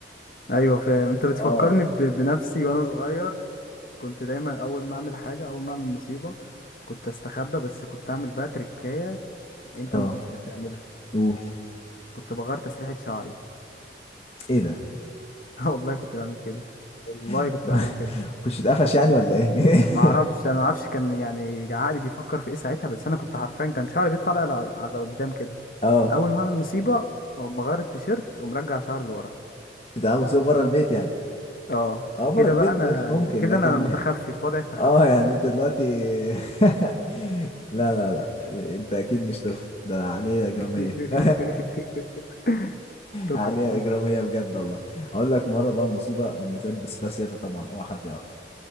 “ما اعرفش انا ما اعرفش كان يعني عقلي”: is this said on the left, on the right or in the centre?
Left